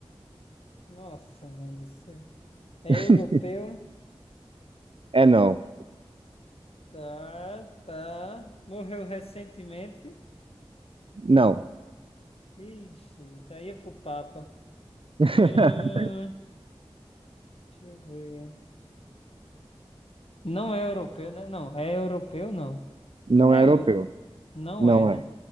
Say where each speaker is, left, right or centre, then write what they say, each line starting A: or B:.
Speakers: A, on the left (about 70°); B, on the right (about 55°).
A: Nossa, mãe do céu. É
B: <laughs>
A: europeu.
B: É não.
A: Tá, tá. Morreu recentemente.
B: Não.
A: Ixi, já ia pro Papa.
B: <laughs>
A: Hum, deixa eu ver. Não é europeu, né? Não, é europeu, não.
B: Não
A: É
B: é europeu.
A: europeu? Não
B: Não
A: é, né?
B: é.